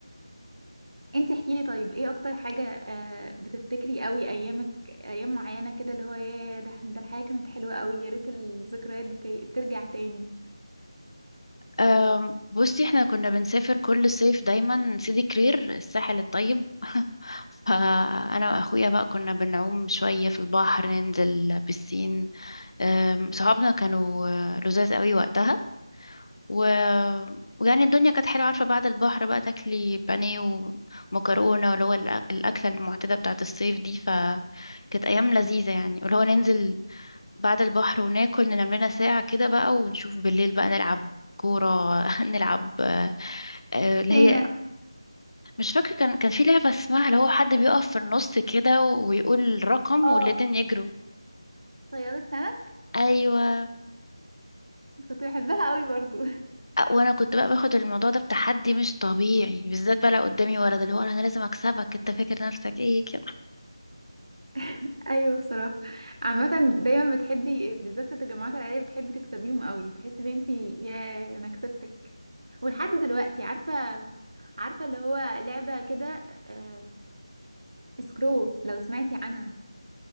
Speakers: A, on the right (about 80°); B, on the left (about 60°).
A: انت احكيلي طيب ايه اكتر حاجة آه، بتفتكري قوي ايامك ايام معينة كده اللي هو ياه ده احنا- ده الحياة كانت حلوة قوي يا ريت الذكريات دي تي- ترجع تاني
B: أم، بصي احنا كنا بنسافر كل صيف دايما سيدي كرير الساحل الطيب <laughs> فانا واخويا بقى كنا بنعوم شوية في البحر ننزل بسين أم، صحابنا كانوا آه، لزاز قوي وقتها و... ويعني الدنيا كانت حلوة عارفة بعد البحر بقى تاكلي بانيه ومكرونة اللي هو الأ- الأكلة المعتادة بتاعة الصيف دي فكانت أيام لذيذة يعني واللي هو ننزل بعد البحر وناكل ننام لنا ساعة كده بقى ونشوف بالليل بقى نلعب كورة <laughs> نلعب آه، آه، اللي
A: سينا
B: هي مش فاكرة كان كان في لعبة اسمها اللي هو حد بيقف في النص كده ويقول رقم
A: اه
B: والاتنين يجروا
A: صياد السمك
B: أيوة
A: كنت بحبها قوي برضو
B: وانا كنت بقى باخد الموضوع ده بتحدي مش طبيعي بالذات بقى لو قدامي ولد اللي هو انا لازم اكسبك انت فاكر نفسك ايه كده
A: <laughs> ايوه بصراحة عامة دايما بتحبي بالذات في التجمعات العائلية بتحبي تكسبيهم قوي تحسي ان انت ياه انا كسبتك ولحد دلوقتي عارفة عارفة اللي هو لعبة كده آه سكرو لو سمعتي عنها